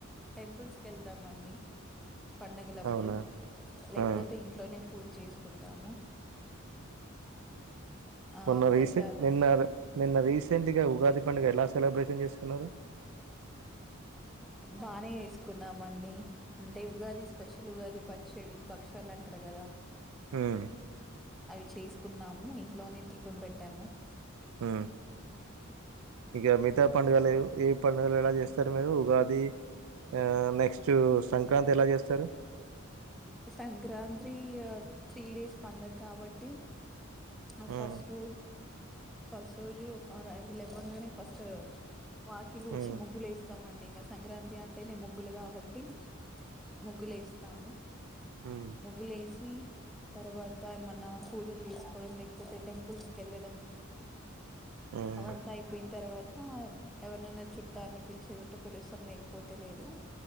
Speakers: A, in the centre; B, on the right.
A: టెంపుల్స్ కెళ్దామండి పండగలప్పుడు
B: అవునా
A: లేకపోతే
B: ఆ
A: ఇంట్లోనే పూజ చేసుకుంటాము ఆ
B: మొన్న
A: ప్రసాద్
B: రీసెం నిన్న నిన్న రీసెంట్గా ఉగాది పండుగ ఎలా సెలబ్రేషన్ చేసుకున్నారు
A: బానే చేసుకున్నాం అండి అంటే ఉగాది స్పెషల్ ఉగాది పచ్చడి భక్షలు అంటారు కదా
B: ఉమ్
A: అవి చేసుకున్నాము ఇంట్లోనే దీపం పెట్టాము
B: ఆ ఇంక మిగతా పండుగలు ఏ పండుగలు ఎలా చేస్తారు మీరు ఉగాది ఆ నెక్స్ట్ సంక్రాంతి ఎలా చేస్తారు
A: సంక్రాంతి త్రీ డేస్ పండగ కాబట్టి ఆ
B: ఉమ్
A: ఫస్ట్ రోజ్ ఫస్ట్ రోజు ఫ అ లేవ్వంగానే ఫస్ట్ వాకిలు ఉడ్చి
B: ఉమ్
A: ముగ్గులు వేస్తామండి అ ఇంగా సంక్రాంతి అంటేనే ముగ్గులు కాబట్టి ముగ్గులు ఏస్తాము
B: ఉమ్
A: ముగ్గులు వేసి తర్వాత ఏమన్నా పూజలు చేసుకోవడం లేకపోతే టెంపుల్స్ కు వెళ్ళడం
B: ఉమ్
A: అదంతా అయిపోయిన తర్వాత ఎవరనైనా చుట్టాలని పిలిచేది ఉంటే పిలుస్తాం లేకపోతే లేదు